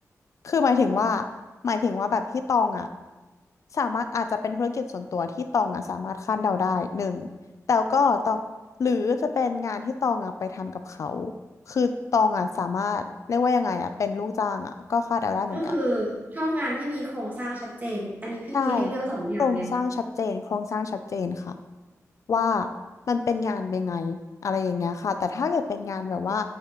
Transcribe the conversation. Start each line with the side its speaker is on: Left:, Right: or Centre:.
Left: คือหมายถึงว่าหมายถึงว่าแบบที่ตองอ่ะสามารถอาจจะเป็นธุรกิจส่วนตัวที่ตองอ่ะสามารถคาดเดาได้หนึ่งแต่ก็ตองหรือจะเป็นงานที่ตองอ่ะไปทำกับเขาคือตองอ่ะสามารถเรียกว่ายังไงอ่ะเป็นลูกจ้างอ่ะก็คาดเดาได้เหมือนกัน
Right: ก็คือชอบงานที่มีโครงสร้างชัดเจน อันนี้พี่มีให้เลือกสองอย่างไง
Left: ใช่โครงสร้างชัดเจนโครงสร้างชัดเจนค่ะว่ามันเป็นงานเป็นไงอะไรอย่างเงี้ยค่ะแต่ถ้าเกิดเป็นงานแบบว่า